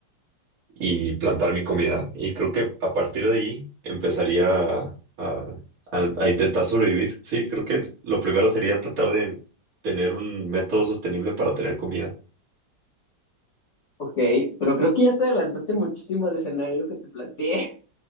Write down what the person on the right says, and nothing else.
y plantar mi comida. Y creo que a partir de ahí empezaría a, a- a intentar sobrevivir. Sí, creo que lo primero sería tratar de tener un método sostenible para tener comida.